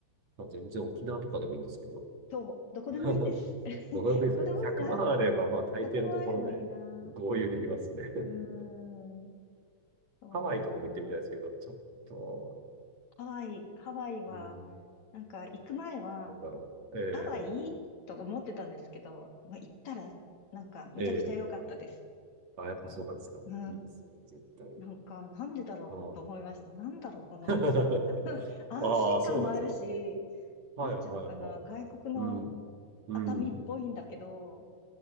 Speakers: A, on the right; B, on the left.
A: まあ全然沖縄とかでもいいんですけど、
B: そう、どこでもいいんです。
A: <laughs>
B: <laughs>
A: どこでもいいですよね。
B: どこでもいいな。
A: 100万あれば、
B: 100もあればいいな。
A: まあ大抵のところで合流できますね。<laughs>
B: うーん、そうだな。
A: ハワイとかも行ってみたいですけど、ちょっと、
B: ハワイ、ハワイは、
A: うん、
B: なんか行く前は、
A: どうだろう。ええ
B: ハワイと思ってたんですけど、まあ行ったら、なんかめちゃくちゃ良かったです。
A: はい。ええあ、
B: なんか、
A: やっぱそうなんですか。
B: う
A: いいですよね、絶対。
B: なんか、なんでだろうと思いました。
A: うん。
B: なんだろう、この良さ。
A: <laughs>
B: <laughs> 安心感もあるし、
A: ああ、そうなんですよ。はい、
B: なんていうのかな、
A: はい、はい。
B: 外国の
A: うん、うん。
B: 熱海っぽいんだけど、